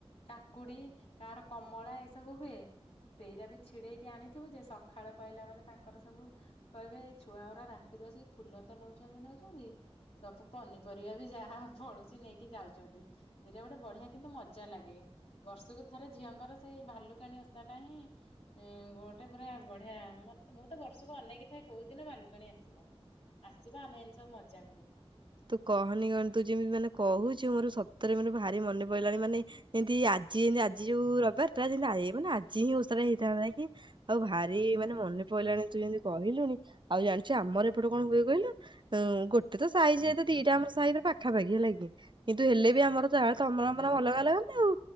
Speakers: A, on the left; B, on the right.
A: କାକୁଡି କାହାର କମଳା ଏଇ ସବୁ ହୁଏ ସେଇରା ବି ଛିଡେଇକି ଆଣିଥିବୁ ଯେ ସଖାଳ ପାଇଲା ମାନେ ତାଙ୍କର ସବୁ କଇବେ ଏଇ ଛୁଆଗରା ରାତିରୁ ଆସିକି ଫୁଲ ତ ନଉଚନ୍ତି ନଉଚନ୍ତି ସବୁ ପନିପରିବା ବି ଯାହା ଫଳୁଚି ନେଇକି ଯାଉଚନ୍ତି। ହୀରା ଗୋଟ ବଢିଆ କିନ୍ତୁ ମଜା ଲାଗେ। ବର୍ଷୁକୁ ଥରେ ଝିଅଙ୍କର ସେଇ ଭାଲୁକାଣୀ ଓଷାଟା ହିଁ ଇଁ ଗୋଟେ ପୁରା ବଢିଆ ମତ୍ ମୁଁ ତ ବର୍ଷକୁ ଅନେଇକି ଥାଏ କୋଉ ଦିନ ଭାଲୁକାଣୀ ଆସିବ। ଆସିବ ଆମେ ଏନ୍ତି ସବୁ ମଜା କରିବୁ।
B: ତୁ କହନି କନି ତୁ ଯିମିତି ମାନେ କହୁଚୁ ମୋର ସତରେ ମୋର ଭାରି ମନେ ପଇଲାଣି ମାନେ ଏନ୍ତି ଆଜି ଏନ୍ତି ଆଜି ଯୋଉ ରବବାର ଟା ଯେନ୍ତି ଏ ମାନେ ଆଜି ହିଁ ଓଷାରା ହେଇଥାନ୍ତା କି ଆଉ ଭାରି ମାନେ ମନେ ପଇଲାଣି ତୁ ଯେନ୍ତି କହିଲୁଣି ଆଉ ଜାଣିଚୁ ଆମର ଏପଟେ କଣ ହୁଏ କହିଲୁ ଉଁ ଗୋଟେ ତ ସାଇଯେ ଦିଟା ଆମର ସାହି ରୁ ପାଖାପାଖି ହେଲା କି ଲାଗି କିନ୍ତୁ ହେଲେ ବି ଆମର ତ ଯାହା ତମର ଆମର ଅଲଗା ଅଲଗା ନା ଆଉ।